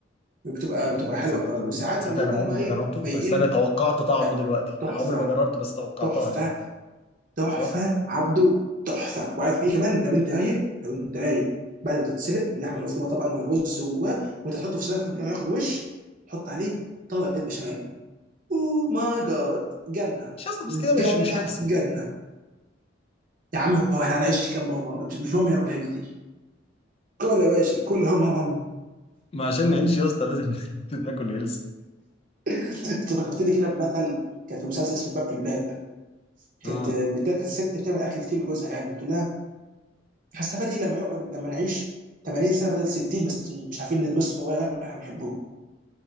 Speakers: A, on the right; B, on the left.
A: بتبقى
B: اه
A: بتبقى حلوه
B: تصدق
A: قوي
B: ده بيكون
A: وساعات
B: طعم- تصدق
A: لما
B: انا
A: ببقى انا
B: عمري
A: بقى
B: ما
A: ايه
B: جربته
A: فايقين
B: بس انا توقعت طعمه
A: لا
B: دلوقتي
A: تحفه
B: انا عمري ما جربته بس توقعتها
A: تحفه
B: يعني
A: تحفه
B: صح
A: عبده تحفه وعارف ايه كمان لو انت رايق لو انت رايق بعد ما تتسلق باللحمه
B: اه
A: المفرومه طبعا والرز جواه وانت تحطه في صينيه تحط ياخد وش تحط عليه طبقه بشاميل اوه ماي جاد جنه
B: مش يا اسطى بس
A: جنه
B: كده مش مش هيلثي
A: جنه
B: يعني.
A: يا عم هو احنا هنعيش كام مره مش مش مهم ناكل هيلثي كل يا باشا كل هم هم هم
B: ما عشان نعيش يا اسطى لازم <laughs> لازم ناكل هيلثي
A: <laughs> انت فكرتني كده بمثل كانت في مسلسل اسمه باب في الباب كانت
B: اه
A: بتاعت الست بتعمل اكل كتير لجوزها يعني بتقول لها هستفاد ايه لما يقعد لما نعيش 80 سنه بدل 60 بس مش عارفين نلبس ولا ناكل اللي احنا بنحبوه